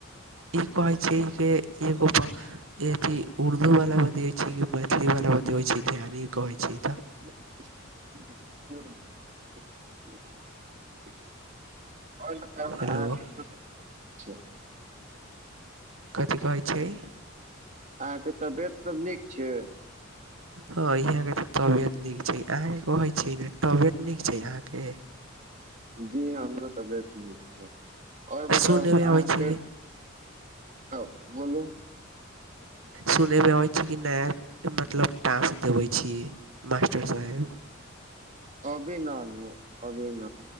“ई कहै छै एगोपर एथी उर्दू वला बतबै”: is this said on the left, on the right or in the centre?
Right